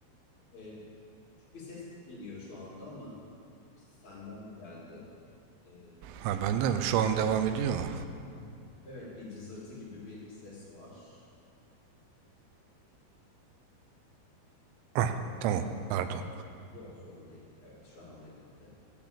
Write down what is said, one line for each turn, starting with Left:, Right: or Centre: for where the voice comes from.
Left: Eee, küçük bir ses geliyor şu anda ama senden mi geldi? Eee,
Right: Ha bende mi? Şu an devam ediyor mu?
Left: evet bir cızırtı gibi bir ses var.
Right: Hah, tamam. Pardon.
Left: Ha, yok sorun değil. Evet şu anda gitti.